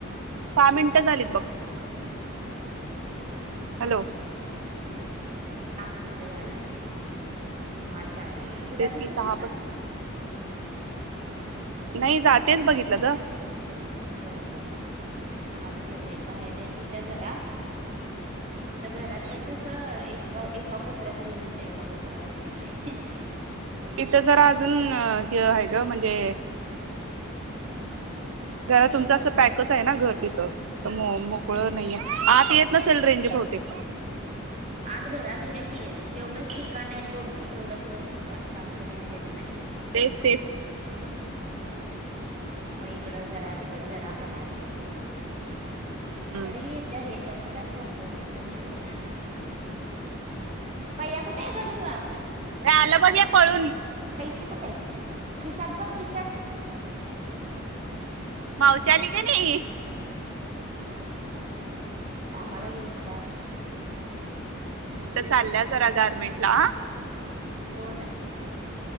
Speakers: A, on the right; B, on the right.
A: सहा मिनिटं झालीत बघ. हॅलो!
B: सात मिटं झाल्यात. सहा चाळीस,
A: हम्म
B: तुला
A: तेच
B: दिसत
A: की सहा
B: नाही का?
A: पस्तीस नाही जा तेच
B: पुसून
A: बघितलं
B: का, हा
A: ग
B: तेच बघितलं ग, हो का? आलो घे बाहेर. बाहेर रेंज येत्या जरा. तिथं घरात
A: हम्म
B: पण कसं एक क एका कोपऱ्यात रेंज येत्या एका कोपऱ्यात येत नाही.
A: तिथं जरा अजून हे आहे ग म्हणजे जरा तुमचं असं पॅकच आहे ना घर. तिथं, पण अ मोकळ नाहीये,
B: हं.
A: आत येत नसेल रेंज बहुतेक.
B: आत घरात येत्या की तेवढंच ठिकाण आहेत दोन. तीन तेवढंच रेंज येत्या बाकी रेंज येत नाही
A: तेच तेच.
B: मग इकडं जरा तिकड जरा कराय बसाय लागते.
A: हम्म.
B: तरी येत्या रेंज असं काय प्रॉब्लेम येत नाही जिओला. भैय्या कुठे आहे ग? दुर्वा,
A: या आलं बघ या पळून.
B: पैसे कुठे आहेत? खिशात बघ खीशात.
A: मावशी आली क नई?
B: कामाला गेलती काय?
A: आता चालल्यात. जरा गारमेंटला. आं?
B: कोण आहे?